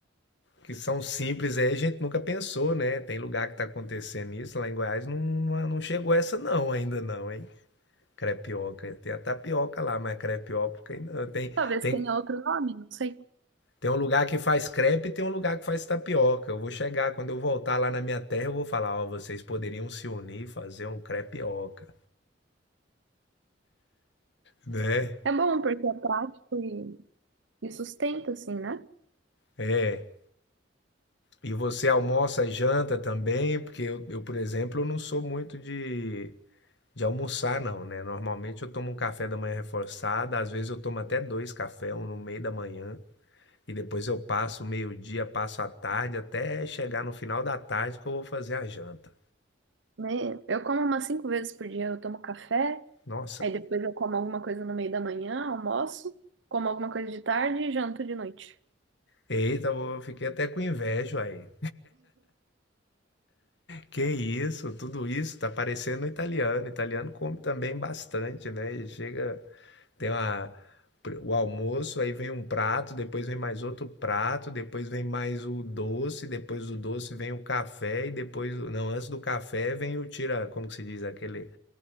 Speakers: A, on the left (about 65°); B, on the right (about 75°).
A: que são simples aí, a gente nunca pensou, né? Tem lugar que tá acontecendo isso, lá em Goiás não, não não chegou essa não, ainda não, hein? Crepioca, tem a tapioca lá, mas crepioca ainda não. Tem,
B: Talvez
A: tem,
B: tenha outro nome, não sei.
A: tem um lugar que faz crepe e tem um lugar que faz tapioca. Eu vou chegar, quando eu voltar lá na minha terra, eu vou falar, ó, vocês poderiam se unir e fazer um crepioca, né?
B: É bom porque é prático e, e sustenta assim, né?
A: É. E você almoça e janta também? Porque eu, eu, por exemplo, eu não sou muito de, de almoçar, não, né? Normalmente eu tomo um café da manhã reforçado, às vezes eu tomo até dois cafés, um no meio da manhã, e depois eu passo o meio-dia, passo a tarde, até chegar no final da tarde que eu vou fazer a janta.
B: Né? Eu como umas cinco vezes por dia, eu tomo café,
A: Nossa,
B: Aí depois eu como alguma coisa no meio da manhã, almoço, como alguma coisa de tarde e janto de noite.
A: eita, eu fiquei até com inveja aí. Que isso, tudo isso tá parecendo italiano. Italiano come também bastante, né? E chega. Tem uma, o almoço, aí vem um prato, depois vem mais outro prato, depois vem mais o doce, depois do doce vem o café e depois, não, antes do café vem o tira, como que se diz, aquele